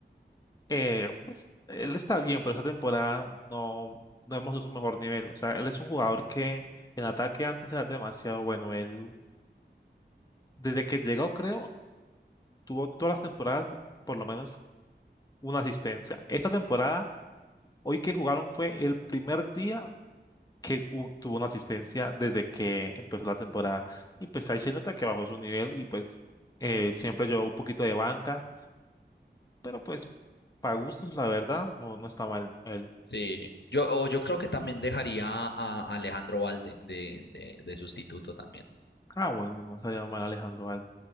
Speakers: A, on the left; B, on the left.
A: Eh, pues él está bien, pero esta temporada no, no hemos visto su mejor nivel. O sea, él es un jugador que en ataque antes era demasiado bueno. Él, desde que llegó, creo. tuvo todas las temporadas por lo menos una asistencia. Esta temporada, hoy que jugaron fue el primer día que hu- tuvo una asistencia desde que empezó la temporada. Y pues ahí se nota que bajó su nivel y pues eh, siempre llevó un poquito de banca, pero pues para gustos, la verdad, no, no está mal él.
B: Sí, yo, o yo creo que también dejaría a Alejandro Valde de, de, de sustituto también.
A: Ah, bueno, no estaría mal Alejandro Valde.